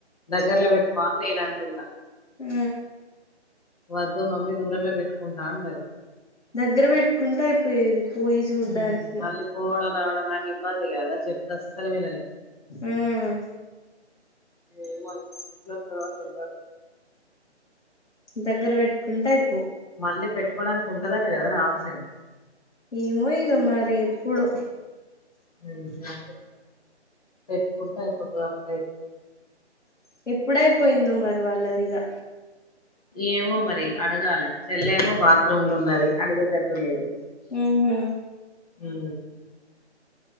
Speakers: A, on the left; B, on the left.
A: దగ్గర్ల పెట్టుకో అన్ని నేను అంటున్నా,
B: ఉ
A: వద్దు మమ్మీ దూరమే పెట్టుకుంటా అంటది
B: దగ్గర పెట్టుకుంటే అయిపోయేది, పోయి చూడ్డానికి
A: హు మళ్ళీ పోవడం రావడం నాకు ఇబ్బంది కాద చెప్తే అసలు వినాలే
B: ఉమ్
A: ఏమో ఎట్లా అక్క ఏం కాదు
B: దగ్గర పెట్టుకుంటే అయిపోవు
A: మళ్ళీ పెట్టుకోవడానికి ఉంటదట కదారా ఆప్షన్
B: ఏమో ఇగా మరి ఎప్పుడో
A: ఆహా పెట్టుకుంటే అయిపోతాది అసల్
B: ఎప్పుడైపోయిందో మరి వాళ్ళదిగా
A: ఏమో మరి అడగాలే చెల్లెమో బాత్రూమ్లు ఉన్నది అడిగేటట్టు లేదు
B: ఉహు
A: ఉ